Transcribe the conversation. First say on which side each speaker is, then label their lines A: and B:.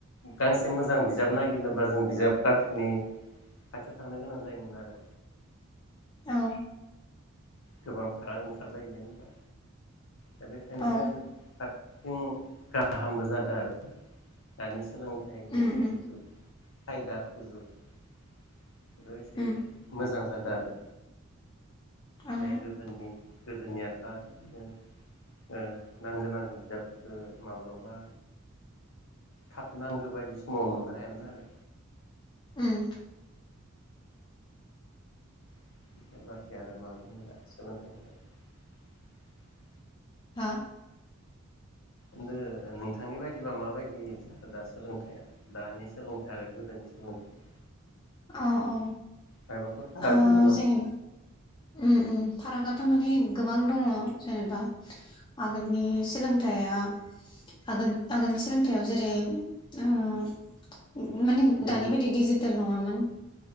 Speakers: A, on the left; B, on the left.
A: गांसे मोजां बिजाब नागिरनोबा जों बिजाब बाख्रिनि खाथियाव थांनो गोनां जायोमोन आरो।
B: औ
A: गोबांफाराग ओंखारबाय बिदिनो दा दा बेखायनो
B: औ
A: <unintelligible> गाहामबो जादों आरो दानि सोलोंथाइनि
B: उम उम
A: जिथु खायदा सुजुग बे एसे
B: उम
A: मोजां जादों आरो।
B: औ
A: <unintelligible> गोदोनि गोदोनियाथ' आरो बिदिनो ओ नांगौ नांगौ बिजाबफोरखौ माब्लाबा थाब नांगौ बायदि समाव मोननो हायामोन आरो।
B: उम
A: <inaudible>
B: हा?
A: होनदो नोंथांनि बायदिब्ला माबायदि जाखो दा सोलोंथाइया दानि सोलोंथाइ आरो गोदोनि सोलोंथाइ
B: औ औ
A: मायबाफोर फाराग
B: ओ
A: मोन नामा
B: जेनेबा ओम ओम फारागआथ' माने गोबां दङ जेनेबा आगोलनि सोलोंथाइया आगोल आगोलनि सोलोंथायाव जेरै ओ ओम माने
A: दे
B: दानि बायदि दिडिजिटेल नङामोन।